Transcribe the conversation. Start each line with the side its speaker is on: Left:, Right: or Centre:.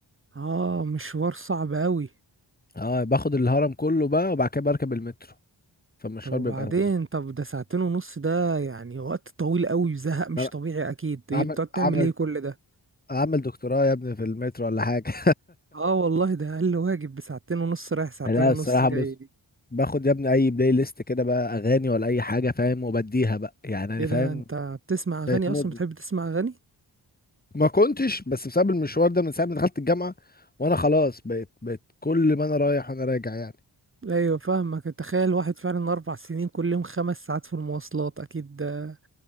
Right: اه مشوار صعب قوي
Left: اه باخد الهرم كله بقى وبعد كده بركب المترو فالمشوار
Right: طب وبعدين
Left: بيبقى
Right: طب ده ساعتين ونص ده يعني وقت طويل قوي وزهق مش
Left: أنا
Right: طبيعي اكيد ايه
Left: اعمل
Right: بتقعد تعمل
Left: اعمل
Right: ايه كل ده
Left: اعمل دكتوراه يا ابني في المترو ولا حاجه
Right: اه والله ده اقل واجب بساعتين ونص رايح
Left: <laughs>
Right: ساعتين
Left: لا
Right: ونص
Left: الصراحه
Right: جاي
Left: بص باخد يا ابني اي بلاي ليست كده بقى اغاني ولا اي حاجه فاهم وبديها بقى يعني انا
Right: ايه ده
Left: فاهم
Right: انت بتسمع اغاني
Left: بقت مود
Right: اصلا بتحب تسمع اغاني
Left: ما كنتش بس بسبب المشوار ده من ساعه ما دخلت الجامعه وانا خلاص بقيت بقيت كل ما انا رايح وانا راجع يعني
Right: ايوه فاهمك تخيل واحد فعلا اربع سنين كل يوم خمس ساعات في المواصلات اكيد ده